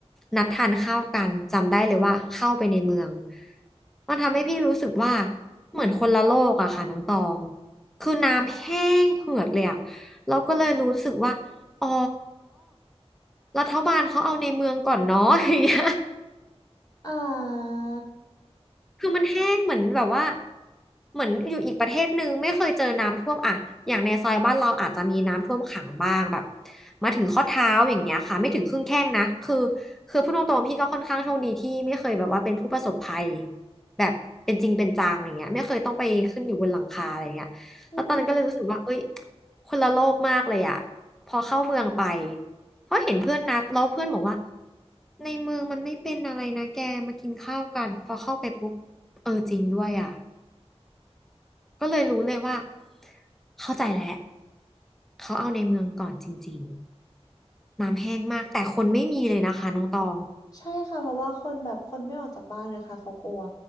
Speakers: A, in the centre; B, on the left.
A: นัดทานข้าวกันจำได้เลยว่าเข้าไปในเมืองมันทำให้พี่รู้สึกว่าเหมือนคนละโลกอะค่ะน้องตองคือน้ำแห้งเหือดเลยอะเราก็เลยรู้สึกว่าอ๋อรัฐบาลเขาเอาในเมืองก่อนเนาะอย่างเงี้ย
B: อ่า
A: คือมันแห้งเหมือนแบบว่าเหมือนอยู่อีกประเทศหนึ่งไม่เคยเจอน้ำท่วมอ่ะอย่างในซอยบ้านเราอาจจะมีน้ำท่วมขังบ้างแบบมาถึงข้อเท้าอย่างเงี้ยค่ะไม่ถึงครึ่งแข้งนะคือคือพูดตรงๆพี่ก็ค่อนข้างโชคดีที่ไม่เคยแบบว่าเป็นผู้ประสบภัยแบบเป็นจริงเป็นจังอย่างเงี้ยไม่เคยต้องไปขึ้นอยู่บนหลังคาอะไรเงี้ยแล้วตอนนั้นก็เลยรู้สึกว่าเอ้ย
B: อืม
A: คนละโลกมากเลยอะพอเข้าเมืองไป เพราะเห็นเพื่อนนัดแล้วเพื่อนบอกว่าในเมืองมันไม่เป็นอะไรนะแกมากินข้าวกันพอเข้าไปปุ๊บเออจริงด้วยอ่ะก็เลยรู้เลยว่าเข้าใจแล้วเขาเอาในเมืองก่อนจริงๆน้ำแห้งมากแต่คนไม่มีเลยนะคะน้องตอง
B: ใช่ค่ะเพราะว่าคนแบบคนไม่ออกจากบ้านนะคะเขากลัว